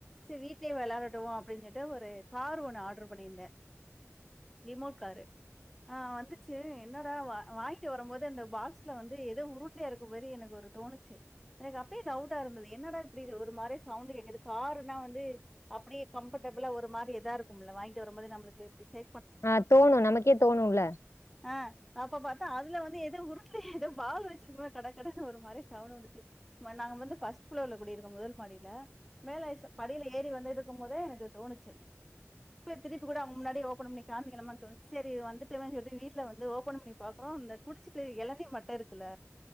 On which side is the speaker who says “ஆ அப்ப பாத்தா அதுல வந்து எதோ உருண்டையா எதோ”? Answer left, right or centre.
Centre